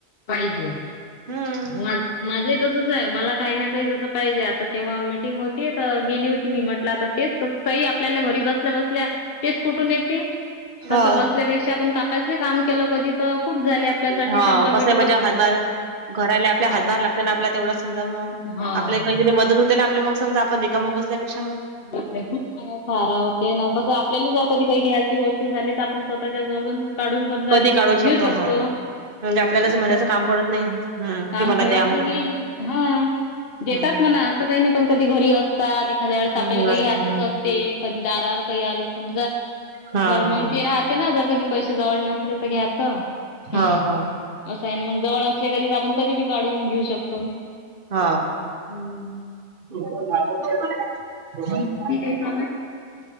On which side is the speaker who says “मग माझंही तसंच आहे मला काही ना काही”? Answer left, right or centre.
Left